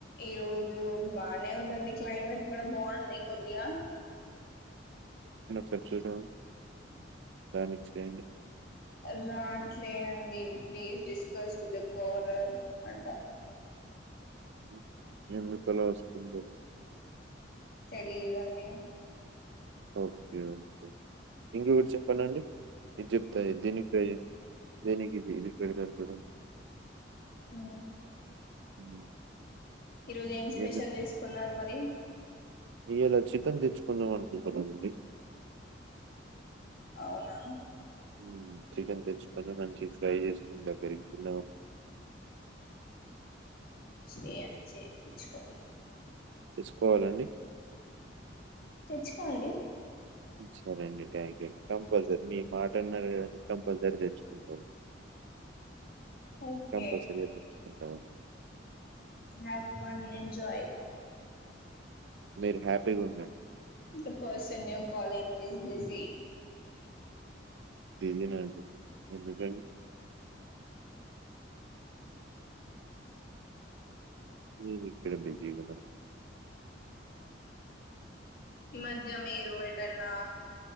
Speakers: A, on the left; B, on the right.
A: ఈరోజు బానే ఉందండి క్లైమేట్ కూడ బాగుంది కొద్దిగా
B: చెప్ చూద్దామ్ దానికి చేయండి
A: రాట్లే అండి please discuss with the caller అంట
B: ఉమ్ ఎందుకలా వస్తుందొ
A: తెలీదండి
B: ఓకే ఓకే ఇంగొకటి చెప్పనా అండి ఇద్ జెప్తా దీనికి ట్రై జేయండి దేనికి ఇది మిక్ పెడతాను చూడండి
A: ఉమ్,
B: హ్మ్.
A: ఈరోజు ఏం స్పెషల్
B: ఏమని?
A: జెస్కున్నారు మరి
B: ఇయాల చికెన్ తెచ్చుకుందాం అనుకుంటున్నాండి
A: అవునా
B: ఉమ్ చికెన్ దెచ్చుకొని మంచి ఫ్రై చేస్కోని దగ్గరికి తిందా <inaudible>
A: శ్రేయాన్షి తెచ్చుకొని
B: చ్చుకోవాలండి
A: తెచ్చుకోండి
B: సరే అండి థ్యాంక్ యూ కంపల్సరీ మీ మాటన్నరు కదండి కంపల్సరీ తెచ్చుకుంటమ్
A: ఓకే
B: కపల్సరిగ తెచ్చుకుంటామన్
A: we have fun and joy
B: మీరు హ్యాపీగుండడి
A: the person you are calling is busy
B: busy నా అండి, ఎందుకండి? నేనెక్కడ బిజీ ఉన్నానన్
A: ఈ మధ్య మీరు ఎటన్నా